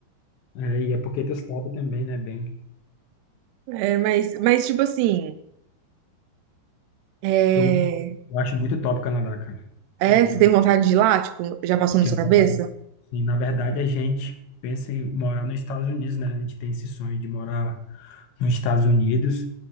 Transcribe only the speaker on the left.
É, e é porque tu sabe também, né, bem.
Eu, eu acho muito top o Canadá, cara.
E
eu
tinha
vontade. E, na verdade, a gente pensa em morar nos Estados Unidos, né? A gente tem esse sonho de morar nos Estados Unidos.